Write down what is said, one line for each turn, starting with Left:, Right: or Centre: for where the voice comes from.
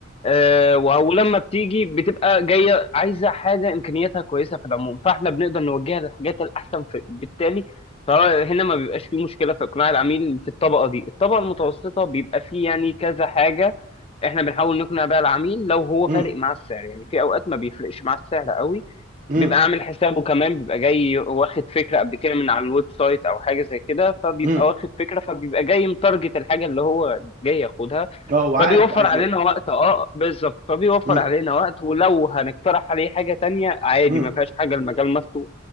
Left: آه ولما بتيجي بتبقى جايه عايزه حاجه امكانياتها كويسه في العموم فاحنا بنقدر نوجهها للحاجات الاحسن في... بالتالي فهنا ما بيبقاش فيه مشكله في اقناع العميل في الطبقه دي الطبقه المتوسطه بيبقى فيه يعني كذا حاجه احنا بنحاول نقنع بيها العميل لو هو
Right: امم
Left: فارق مع السعر يعني في اوقات ما بيفرقش مع السعر قوي
Right: امم
Left: بيبقى عامل حسابه كمان بيبقى جاي واخد فكرة قبل كده من على الويب سايت أو حاجة زي كده فبيبقى
Right: امم
Left: واخد فكرة فبيبقى جاي متارجت الحاجة اللي هو جاي ياخدها
Right: اه هو عارف
Left: فبيوفر
Right: وعايز
Left: علينا
Right: ايه
Left: وقت اه بالظبط فبيوفر
Right: امم
Left: علينا وقت ولو هنقترح عليه حاجة تانية عادي
Right: امم
Left: ما فيهاش حاجة المجال مفتوح